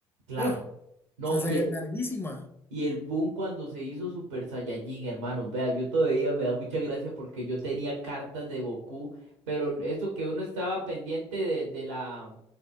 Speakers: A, on the right; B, on the left.
A: claro.
B: Uf,
A: No,
B: esa
A: y,
B: saga es larguísima.
A: Y el boom cuando se hizo Super Saiyajin, hermano. Vea, yo todavía me da mucha gracia porque yo tenía cartas de Goku, pero eso que uno estaba pendiente de, de la,